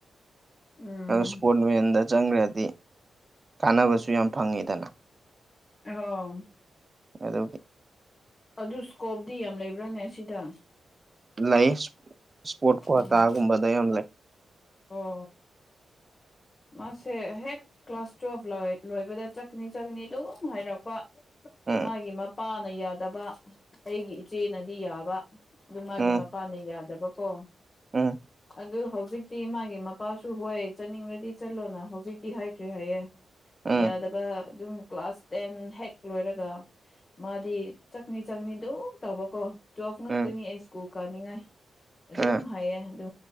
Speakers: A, on the left; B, on the right.
A: ꯎꯝ
B: ꯑꯗꯨ ꯏꯁꯄꯣꯔꯠ ꯃꯦꯟꯗ ꯆꯪꯈ꯭ꯔꯗꯤ ꯀꯥꯅꯕꯁꯨ ꯌꯥꯝ ꯐꯪꯉꯤꯗꯅ
A: ꯑꯣ
B: ꯑꯗꯨ
A: ꯑꯗꯨ ꯏꯁꯀꯣꯞꯇꯗꯤ ꯌꯥꯝ ꯂꯩꯕ꯭ꯔꯥꯅꯦ ꯁꯤꯗ
B: ꯂꯩ ꯏꯁꯄꯣꯔꯠ ꯀ꯭ꯨꯍꯇꯥꯒꯨꯝꯕꯗ
A: ꯎꯝ
B: ꯌꯥꯝ ꯂꯩ
A: ꯑꯣ ꯃꯥꯁꯦ ꯍꯦꯛ ꯀ꯭ꯂꯥꯁ ꯇꯨꯋꯦꯜꯕ ꯂꯣꯏꯕꯗ ꯆꯠꯀꯅꯤ ꯆꯠꯅꯤ ꯑꯗꯨꯝ ꯍꯥꯏꯔꯛꯄ
B: ꯎꯝ
A: ꯃꯥꯒꯤ ꯃꯄꯥꯅ ꯌꯥꯗꯕ ꯑꯩꯒꯤ ꯏꯆꯦꯅꯗꯤ ꯌꯥꯕ ꯑꯗꯨ ꯃꯥꯒꯤ
B: ꯎꯝ
A: ꯄꯥꯅ ꯌꯥꯗꯕꯀꯣ
B: ꯎꯝ
A: ꯑꯗꯨ ꯍꯧꯖꯤꯛꯇꯤ ꯃꯥꯒꯤ ꯃꯄꯥꯁꯨ ꯍ ꯆꯠꯅꯤꯡꯕ꯭ꯔꯗꯤ ꯆꯠꯂꯣꯅ ꯍꯧꯖꯤꯛꯇꯤ ꯍꯥꯏꯈ꯭ꯔꯦ ꯍꯥꯏꯌꯦ
B: ꯎꯝ
A: ꯌꯥꯗꯕ ꯑꯗꯨꯝ ꯀ꯭ꯂꯥꯁ ꯇꯦꯟ ꯍꯦꯛ ꯂꯣꯏꯔꯒ ꯃꯥꯗꯤ ꯆꯥꯛꯅꯤ ꯆꯥꯛꯅꯤ ꯑꯗꯨꯝ ꯇꯧꯕꯀꯣ ꯇꯨꯋꯦꯜꯐ ꯉꯥꯛꯇꯅꯤ
B: ꯎꯝ
A: ꯑꯩ ꯁ꯭ꯀꯨꯜ ꯀꯥꯅꯤꯡꯉꯥꯏ ꯑꯗꯨꯝ
B: ꯎꯝ
A: ꯍꯥꯏꯌꯦ ꯑꯗꯣ